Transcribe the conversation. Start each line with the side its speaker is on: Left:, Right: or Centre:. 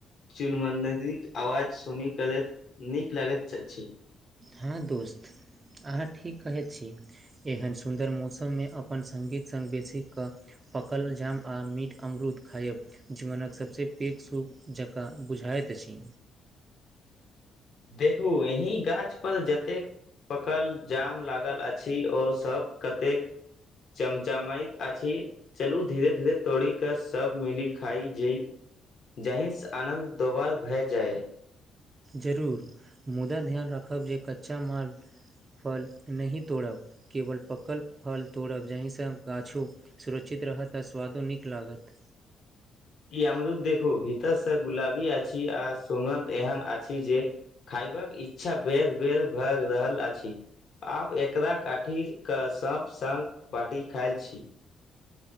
Left: चुनमुनदरीक अवाज सुनी करैत नीक लागैत अछि।
Right: हँ दोस्त, अहाँ ठीक कहैत छी। एहन सुन्दर मौसम में अपन संगीत संग बेसी कऽ पकल जाम आ मीठ अमरूद खायब। जीवनक सभसँ पैघ सुख जकाँ बुझायत अछि।
Left: देखू एहिं गाछ पर जतेक पकल जाम लागल अछि ओ सब कतेक चमचमाइत अछि। चलू धीरे-धीरे तोड़ी कऽ सब मिली खाइ जे इ जहिसँ आनन्द दोबार भए जाय।
Right: जरूर मुदा ध्यान राखब जे कच्चा माल फल नहि तोड़ब केवल पकल फल तोड़ब जाहिसँ गाछो सुरक्षित रहत आ स्वादो नीक लागत।
Left: ई अमरूद देखू भीतरसँ गुलाबी अछि आ सुगंध एहन आछि जे खयबाक इच्छा बेर-बेर भए रहल अछि। आब एकरा काटी कऽ सब संग बाटि के खायत छी।